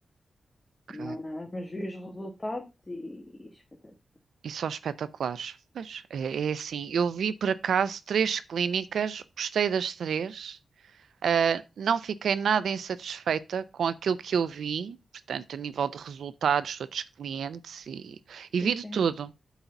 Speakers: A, on the right (about 85°); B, on the left (about 20°).
A: Ok.
B: Mas, mas vi os resultados e, e espetáculo.
A: E são espetaculares. Pois, é, é assim, eu vi por acaso três clínicas, gostei das três, Uh, não fiquei nada insatisfeita com aquilo que eu vi, portanto, a nível de resultados, de outros clientes e, e
B: Sim,
A: vi
B: sim.
A: de tudo,